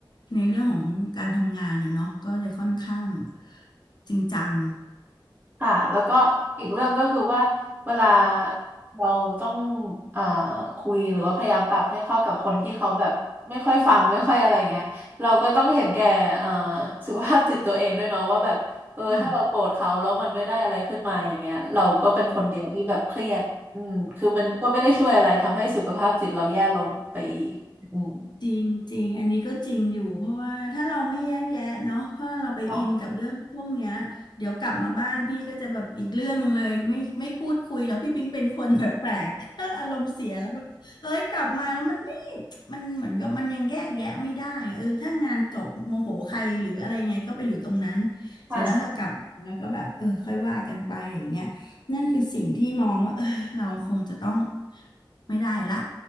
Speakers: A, on the left (about 60°); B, on the right (about 20°).
A: ในเรื่องของการทำงานนะเนาะก็จะค่อนข้างจริงจัง
B: ค่ะแล้วก็อีกเรื่องก็คือว่าเวลาเราต้องอ่าคุยหรือว่าพยายามปรับให้เข้ากับคนที่เขาแบบไม่ค่อยฟังไม่ค่อยอะไรอย่างเงี้ยเราก็ต้องเห็นแก่อ่าสุขภาพจิตตัวเองด้วยเนาะว่าแบบเออถ้าเราโกรธเขาแล้วมันไม่ได้อะไรขึ้นมาอย่างเงี้ยเราก็เป็นคนเดียวที่แบบเครียดอืมคือมันก็ไม่ได้ช่วยอะไรทำให้สุขภาพจิตเราแย่ลงไปอีกอืม
A: ค่ะ จริงจริงอันนี้ก็จริงอยู่เพราะว่าถ้าเราไม่แยกแยะเนาะถ้าเราไปอินกับเรื่องพวกเนี้ยเดี๋ยวกลับมาบ้านพี่ก็จะแบบอีกเรื่องหนึ่งเลยไม่ไม่พูดคุยแล้วพี่ปิ๊งเป็นคน
B: ค่ะ
A: <laughs> แปลกๆ <laughs> ถ้าอารมณ์เสียแล้วแบบเอ้ยกลับมาแล้วมันไม่มันเหมือนกับมันยังแยกแยะไม่ได้เออถ้างานจบโมโหใครหรืออะไรไงก็ไปอยู่ตรงนั้น
B: ค่ะ
A: เสร็จแล้วถ้ากลับมาแล้วก็แบบเออค่อยว่ากันไปอย่างเงี้ยนั่นคือสิ่งที่มองว่าเออ เราคงจะต้องไม่ได้ละ